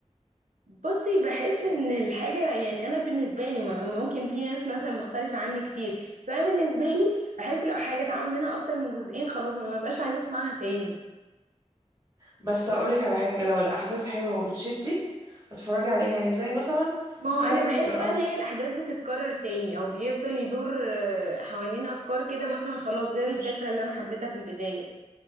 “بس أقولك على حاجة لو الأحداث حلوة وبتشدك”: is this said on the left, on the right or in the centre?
Right